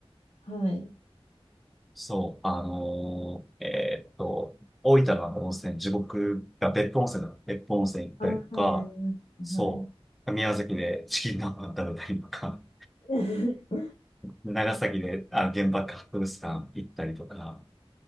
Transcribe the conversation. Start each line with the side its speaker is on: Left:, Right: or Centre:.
Left: はい。
Centre: そう、あのーえーっと、大分の温泉、地獄が別府温泉だ。別府温泉行ったりとか、
Left: あ、はい、あります。
Centre: そう、
Left: はい。
Centre: 宮崎でチキン南蛮食べたりとか、
Left: <laughs>
Centre: 長崎で、あ、原爆博物館行ったりとか、